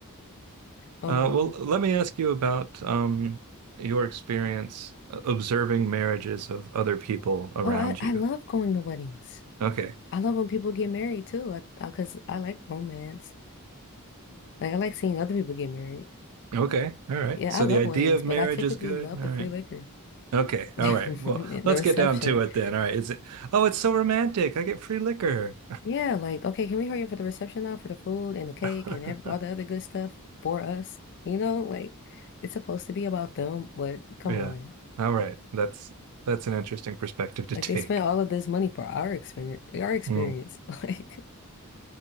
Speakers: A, on the left (about 50°); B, on the right (about 85°).
A: Um,
B: Uh, well, let me ask you about um, your experience observing marriages of other people around
A: oh, I, I
B: you.
A: love going to weddings.
B: Okay.
A: I love when people get married too. I, I, cause I like romance. Like, I like seeing other people get married.
B: Okay. All right.
A: Yeah,
B: So
A: I love
B: the idea
A: weddings,
B: of
A: but
B: marriage
A: I typically
B: is good.
A: love
B: All
A: the free
B: right.
A: liquor.
B: Okay.
A: <laughs> The
B: All right. Well, let's
A: reception.
B: get down to it
A: <laughs>
B: then. All right. Is it, oh, it's so romantic. I get free liquor.
A: Yeah, like, okay, can we hurry up for the reception now for the food and the cake
B: <laughs>
A: and ev all the other good stuff for us? You know, like it's supposed to be about them, but come
B: Yeah.
A: on.
B: All right. That's that's an interesting perspective to
A: Like
B: take.
A: they spent all of this money for our experience, our experience.
B: Mm.
A: <laughs> Like,